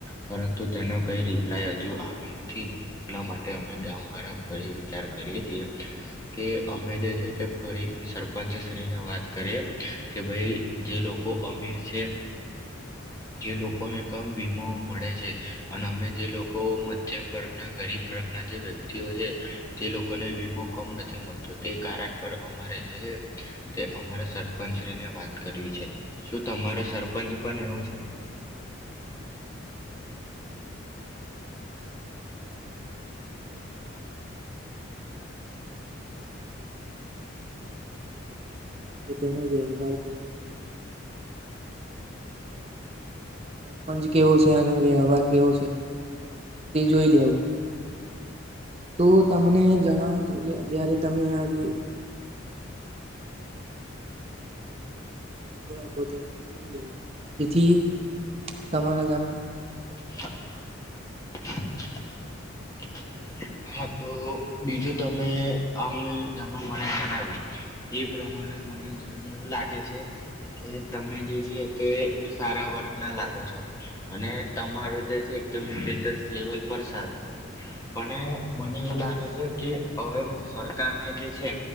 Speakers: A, on the left (about 15°); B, on the right (about 30°).
A: પરંતુ તેનો કઈ રિપ્લાય હજુ આવ્યો નથી એટલા માટે અમે ગામ વાળા ફરી વિચાર કરીએ છીએ કે અમે જે છે તે ફરી સરપંચ શ્રીને વાત કરીએ કે ભાઈ જે લોકો અમીર છે જે લોકોએ કમ વીમો મળે છે અને અમે જે લોકો મધ્યમ વર્ગના ગરીબ ઘરના જે વ્યક્તિઓ છે તે લોકોને વીમો કમ નથી મળતો તે કારણ પર અમારે જે છે તે અમારા સરપંચ શ્રીને વાત કરીવી છે શું તમારો સરપંચ પણ એવો છે.
B: હા અમારા ગામનો પણ સરપંચ આવ્યો છે. તો હું તમને એવું કહેવા માગુ છું કે જે તમારા કે તેનો વ્યવહાર કેવો છે. સરપંચ કેવો છે અને વ્યવહાર કેવો છે તે જોઈ લેવું તો તમને જણાવું તો જ જયારે તમે આજે જે તમે અંદર ઉભો રાખો ત્યારે જોઈ લેવો તેથી તમારા ગામ
A: <inaudible> હા તો બીજું તમે આમ મને આમા મળે જણાવ્યું એ પ્રમાણે મને જોઈને એવું લાગે છે કે તમે જે છે તે સારા વર્ગના લાગો છો અને તમારો જે છે એકદમ સ્ટેટસ લેવલ પર સારું છે પણ મને એવું લાગે છે કે હવે સરકારને જે છે